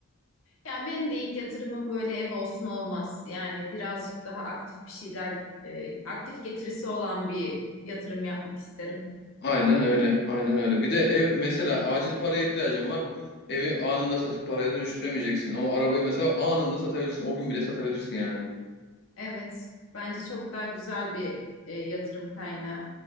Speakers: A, on the left; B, on the left.
A: Ya benim de ilk yatırımım böyle ev olsun olmaz. Yani birazcık daha aktif bir şeyler, e, aktif getirisi olan bir yatırım yapmak isterim.
B: Aynen öyle. Aynen öyle. Bir de ev mesela acil paraya ihtiyacın var. Evi anında satıp paraya dönüştüremeyeceksin. Ama arabayı mesela anında satabilirsin. O gün bile satabilirsin yani.
A: Evet, bence çok daha güzel bir e, yatırım kaynağı.